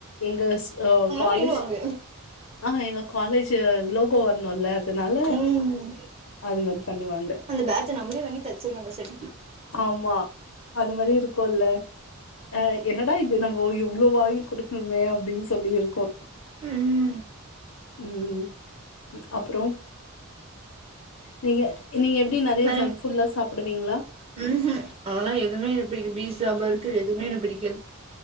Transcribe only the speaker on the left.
எங்க காலேஜ்
ஆ எங்க காலேஜ் லோகோ வர்ணுல அதனால
அது மாரி பண்ணுவாங்க
ஆமா அது மாரி இருக்குல்ல ஆ என்னடா இது நம் ஓ இவ்ளோ வாங்கி குடுக்கணுமே அப்டின் சொல்லியிருக்கு
ம் அப்புறோ நீங்க நீங்க எப்டி நெறையா
ஜங்க் ஃபுட்லா சாப்டுவீங்களா